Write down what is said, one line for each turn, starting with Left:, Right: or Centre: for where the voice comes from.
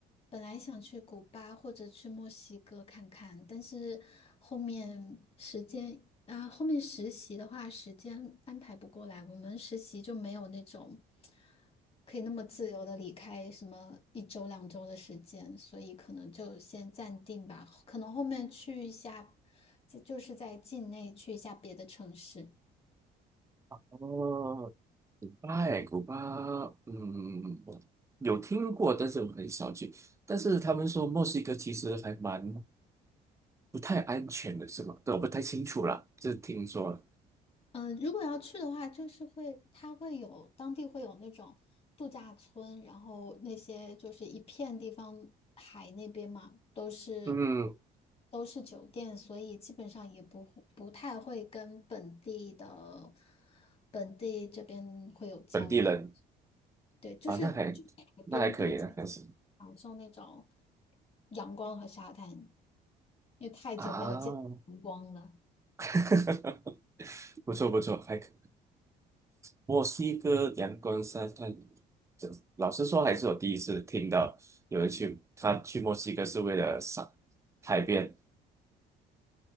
Left: 本来想去古巴或者去墨西哥看看，但是后面时间啊，后面实习的话，时间安排不过来，我们实习就没有那种可以那么自由的离开什么一周两周的时间，所以可能就先暂定吧，可能后面去一下，就就是在境内去一下别的城市。
Right: 哦，哎，古巴，嗯，我有听过，但是我很少去。但是他们说墨西哥其实还蛮不太安全的，是吗？对，我不太清楚啦，这听说了
Left: 嗯，如果要去的话，就是会，它会有当地会有那种度假村，然后那些就是一片地方，海那边嘛，都是
Right: 嗯，
Left: 都是酒店，所以基本上也不会不太会跟本地的本地这边会有交流。
Right: 本地人
Left: 对，就是就是海边度假，
Right: 啊，那还那还可以，那还行
Left: 享受那种阳光和沙滩，因为太久没有见阳光了，
Right: 啊，<laughs> 不错不错，还可以墨西哥阳光沙滩，这老实说还是我第一次听到有人去，他去墨西哥是为了赏海边。